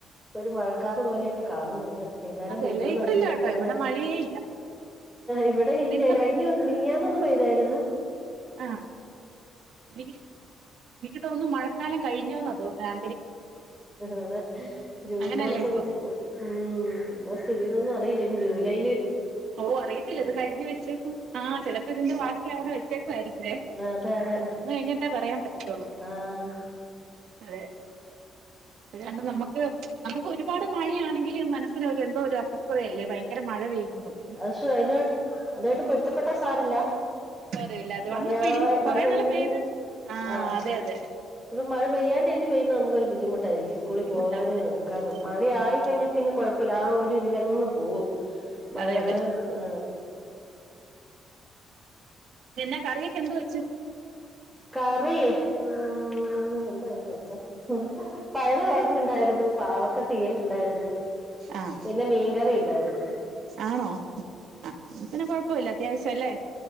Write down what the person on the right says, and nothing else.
അതെല്ലേ
ഇവിടില്ല കേട്ടോ
ഇവിടെ
മഴയേ ഇല്ല
ഇതിപ്പോ
ആഹ് എനിക്ക് എനിക്ക് തോന്നുന്നു മഴക്കാലം കഴിഞ്ഞൂന്ന് തോന്നുന്നേ അ
അങ്ങനെയല്ലേ
ഇപ്പൊ
അവോ അറിയത്തില്ല ഇത് കരുതി വെച്ചേക്ക ആ ചെലപ്പോ ഇതിന്റെ വാ അവിടെ വെച്ചേക്ക ആരി എ
അന്ന് കഴിഞ്ഞിട്ടേ പറയാൻ പറ്റത്തുള്ളൂ
അതെ അതുകണ്ട് നമുക്ക് നമുക്ക് ഒരുപാട് മഴയാണെങ്കിലും മനസ്സിന് ഒരു എന്തോ ഒരു അസ്വസ്ഥതയല്ലേ ഭയ ഭയങ്കര മഴ പെയ്യുന്നതും.
ഓരയില്ലാതെ
വന്ന് പെഴ്
കൊറേ
നാള് പെയ്ത് ആഹ്
അതെ അതെ
ബുദ്ധിമുട്ടാ
അതെ
ഉം
ഉം
അതെ അതെ
എന്നാ കറിയൊക്കെ എന്ത് വെച്ചു?
ആഹ്
ആണോ? ആഹ്, പിന്നെ കൊഴപ്പല്ല അത്യാവശ്യാ അല്ലേ.